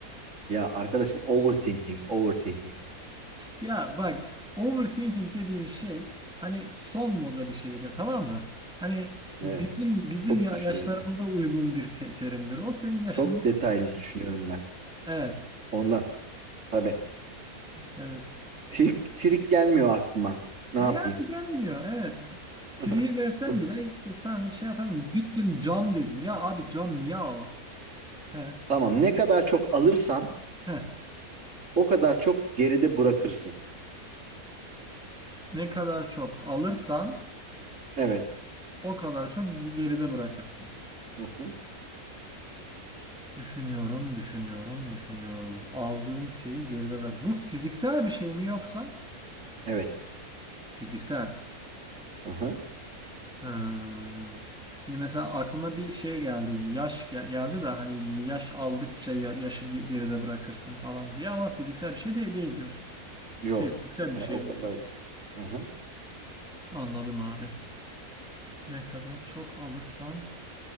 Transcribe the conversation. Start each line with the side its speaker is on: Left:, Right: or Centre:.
Right: Ya arkadaşım overthinking, overthinking.
Centre: Ya bak overthinking dediğin şey hani son moda bir şeydir tamam mı? Hani
Right: Evet.
Centre: bizim bizim
Right: Çok
Centre: ya-
Right: düşünüyorum
Centre: yaşlarımıza
Right: ben.
Centre: uygun bir te- terimdir. O senin yaşında
Right: Çok detaylı düşünüyorum ben.
Centre: evet
Right: Ondan tabii.
Centre: evet.
Right: Trik, trik gelmiyor aklıma. Ne
Centre: E
Right: yapayım?
Centre: yani gelmiyor evet. Tri'yi
Right: <laughs>
Centre: versen
Right: Çok.
Centre: bile ki sen şey yapamıyorsun. Gittin cam dedin. Ya abi cam niye alasın? He,
Right: Tamam. Ne kadar çok alırsan
Centre: he.
Right: o kadar çok geride bırakırsın.
Centre: Ne kadar çok alırsan
Right: Evet.
Centre: o kadar çok ge- geride bırakırsın.
Right: Hı-hı.
Centre: Düşünüyorum, düşünüyorum, düşünüyorum. Aldığım şeyi geride bırak. Bu fiziksel bir şey mi yoksa?
Right: Evet.
Centre: Fiziksel.
Right: Hı-hı.
Centre: Hmm. Şimdi mesela aklıma bir şey geldi. Yaş gel- geldi de hani yaş aldıkça ya- yaşı ge- geride bırakırsın falan diye ama fiziksel bir şey de değil diyorsun.
Right: Yok.
Centre: Şey fiziksel
Right: E,
Centre: bir şey
Right: o
Centre: diyorsun.
Right: kadar. Hı-hı.
Centre: Anladım abi. Ne kadar çok alırsan